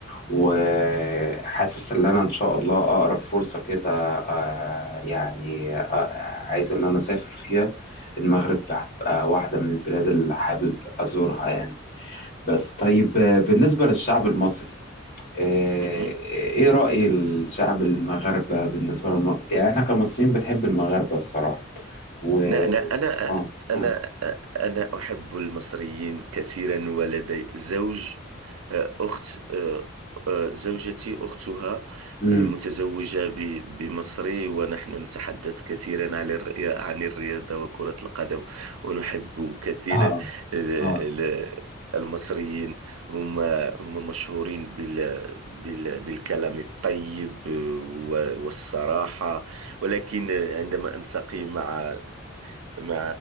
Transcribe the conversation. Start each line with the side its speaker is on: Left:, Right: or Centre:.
Left: وحاسس إن أنا إن شاء الله أقرب فرصة كده آه، يعني آه، عايز إن أنا أسافر فيها المغرب هتبقى واحدة من البلاد اللي حابب أزورها يعني بس طيب آه، بالنسبة للشعب المصري آه،
Right: مهم.
Left: إيه رأي الشعب المغاربة بالنسبة للمغرب؟ يعني إحنا كمصريين بنحب المغاربة الصراحة و
Right: لا لا أنا
Left: آه
Right: أنا أنا
Left: آه.
Right: أنا أحب المصريين كثيرا ولدي زوج آه، أخت آه، آه، زوجتي أختها
Left: مم.
Right: آه، متزوجة ب- بمصري ونحن نتحدث كثيرا عن الر- عن الرياضة وكرة القدم ونحب كثيرا
Left: اه
Right: ال- ال-
Left: اه
Right: المصريين هم هم مشهورين بال بال بالكلام الطيب آه، و- والصراحة ولكن عندما ألتقي مع مع